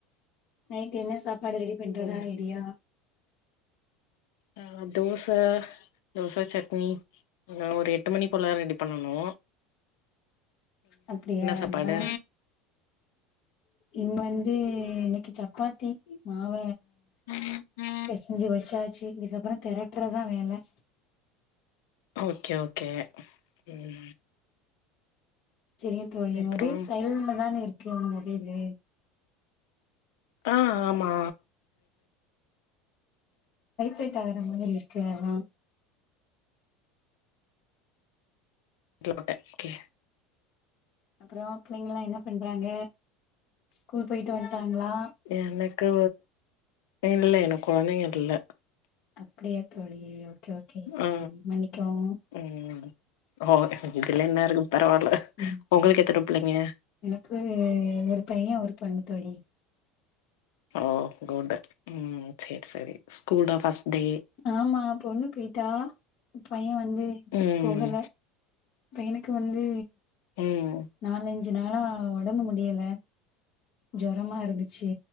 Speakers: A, on the left (about 55°); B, on the left (about 75°).
A: நைட்டு என்ன சாப்பாடு ரெடி பண்றதா
B: ம்
A: ஐடியா
B: ஆ தோச தோச சட்னி ன்னா ஒரு எட்டு மணி போல ரெடி பண்ணணூ
A: அப்டியா
B: சாப்பாடு
A: ஏ இங்க வந்து இன்னைக்கி சப்பாத்தி மாவ
B: ம் ம்
A: பேசஞ்சி வச்சாச்சி இதுக்கப்பறம் தெரட்டுறதா வேல
B: ஓகே ஓகே ம்
A: செரிங்க தோழி
B: அப்றோ
A: மொபைல் சைய்லண்ட்ல தானே இருக்கு உங்க மொபைலு
B: ஆ ஆமா
A: பேட் ஆகற மாதிரி இருக்கு அதா
B: கில போட்டே ஓகே
A: அப்புறோ புள்ளைங்களலாம் என்ன பண்றாங்க ஸ்கூல் போயிட்டு வந்துட்டாங்ளா
B: எனக்கு இல்ல எனக்கு கொழந்தைங்க இல்ல
A: அப்டியா தோழி ஓகே ஓகே
B: ஆ
A: மன்னிக்கவும்
B: ம் ஓ இதுல என்னருக்கு பரவால்ல
A: ம்
B: ஒங்களுக்கு எத்தன புள்ளைங்க
A: எனக்கு ஒரு பையே ஒரு பொண்ணு தோழி
B: ஓ குட் ம் சேர் சேரி ஸ்கூல்டா ஃப்ர்ஸ்டே
A: ஆமா பொண்ணு போயிட்டா பையே வந்து
B: ம்
A: போகல பையனக்கு வந்து
B: ம்
A: நாலஞ்சு நாலஞ்சி நாளா ஒடம்பு முடியல ஜுரம் இருந்துச்சி